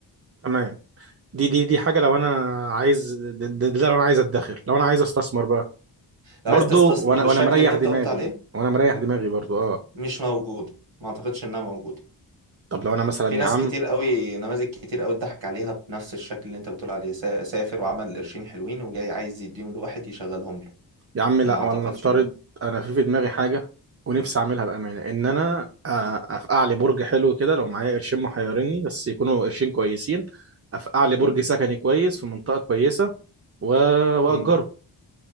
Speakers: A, on the right; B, on the right.
A: تمام دي دي دي حاجه لو انا عايز ده, ده, ده لو انا عايز ادخر لو انا عايز استثمر بقى
B: لو
A: برضو
B: عايز تستثمر
A: وانا
B: بالشكل
A: وانا مريح
B: اللي انت
A: دماغي
B: قلت عليه
A: وانا مريح دماغي برضو اه
B: مش موجود ما اعتقدش انها موجودة
A: طب لو انا مثلا
B: في ناس
A: يا عم
B: كتير قوي نماذج كتير قوي اتضحك عليها بنفس الشكل اللي انت بتقول عليه سا- سافر وعمل قرشين حلوين وجاي عايز يديهم لواحد يشغلهم له
A: يا عم لا
B: ما اعتقدش
A: ولا نفترض
B: انه
A: انا في في دماغي حاجه ونفسي اعملها بامانه ان انا أ- افقع لي برج حلو كده لو معايا قرشين محيرني بس يكونوا قرشين كويسين افقع لي
B: مم.
A: برج سكني كويس في منطقه كويسه و... واجره
B: مم.